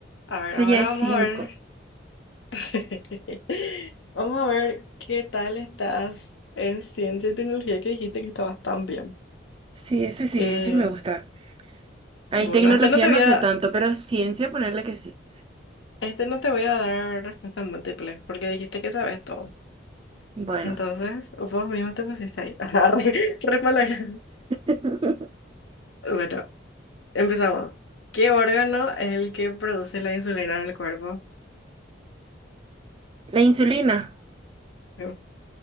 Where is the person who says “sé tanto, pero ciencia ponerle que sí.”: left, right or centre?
Right